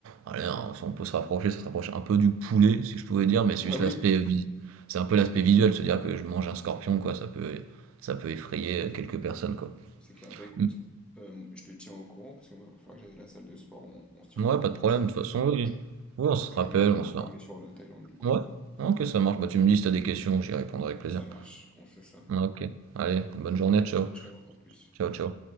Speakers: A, on the right; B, in the centre.
A: Allez, hein, si on peut se rapprocher, ça se rapproche un peu du poulet, si je pouvais dire, mais c'est juste
B: Ah oui.
A: l'aspect. euh, vi- C'est un peu l'aspect visuel, se dire que je mange un scorpion, quoi. Ça peut, ça peut effrayer quelques personnes, quoi.
B: C'est clair. Bah écoute,
A: Mm.
B: euh, je te tiens au courant, parce que moi, il va falloir que j'aille à la salle de sport. On, on se tient
A: Ouais,
B: au courant.
A: pas de problème.
B: Ça,
A: De
B: si
A: toute
B: tu
A: façon,
B: veux,
A: oui. Oui,
B: parce
A: on se
B: que
A: rappelle,
B: je vais, je
A: on
B: vais m'informer
A: se fait.
B: sur la Thaïlande, du coup.
A: un- Ouais. Ok, ça marche. Bah, tu me dis si t'as des questions, j'y répondrai avec plaisir.
B: Ça marche. On fait ça.
A: Ok. Allez, bonne journée.
B: Allez,
A: Ciao.
B: ciao, ciao. À plus.
A: Ciao, ciao.